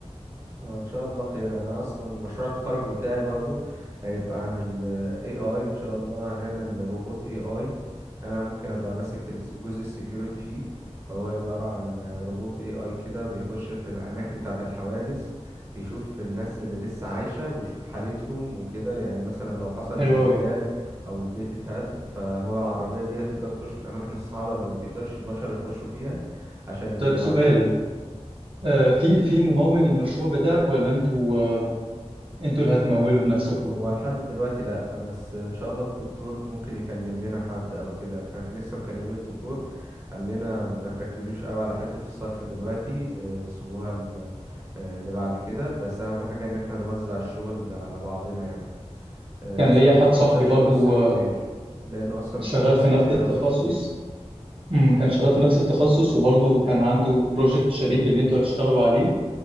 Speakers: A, on the right (about 25°); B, on the right (about 50°).
A: آه، ان شاء الله خير انا اصلا مشروع التخرج بتاعي برضو هيبقى عن ال AI ان شاء الله هنعمل روبوت AI انا ممكن ابقى ماسك الس- جزء السكيورتي فيه فهو عبارة عن روبوت AI كده بيخش في الاماكن بتاعة الحوادث يشوف الناس اللي لسه عايشة ويشوف حالتهم وكده يعني مثلا لو حصل
B: حلو
A: زلزال
B: أوي
A: او البيت اتهد فهو العربية دي هتقدر تخش في الاماكن الصعبة اللي ما بيقدرش البشر يخشوا فيها عشان
B: طيب
A: يعرفوا
B: سؤال آه، في في ممول للمشروع بتاعك ولا أنتوا آه، أنتوا اللي هتمولوا بنفسكم؟
A: هو لحد دلوقتي لأ بس إن شاء الله الدكتور ممكن يكلم لنا حد أو كده احنا ك- لسه مكلمين الدكتور قال لنا ما تركزوش قوي على حتة الصرف دلوقتي آه، سيبوها ل- آه، لبعد كده بس أهم حاجة إن احنا نوزع الشغل على بعضنا يعني آه،
B: كان
A: بالذات
B: ليا حد
A: بالذات
B: صاحبي برضو
A: شغل السوفت وير لأنه أصلا
B: شغال
A: في جزء
B: في نفس
A: كبير
B: التخصص
A: أوي سوفت وير
B: أمم، كان شغال في نفس التخصص وبرضه كان عنده بروجكت شبيه باللي انتوا هتشتغلوا عليه